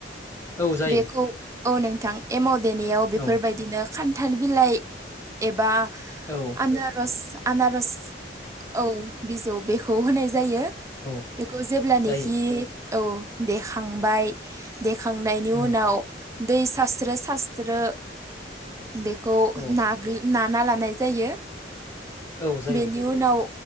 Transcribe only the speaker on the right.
बेखौ औ नोंथां एमाव देनायाव
बेफोरबायदिनो खान्थाल बिलाइ एबा
आनारस आनारस औ बिजौ बेखौ होनाय जायो
बेखौ जेब्लानाखि
औ देखांबाय देखांनायनि
उनाव दै सारास्रो सारास्रो बेखौ
नागोलि नाना लानाय जायो
बेनि उनाव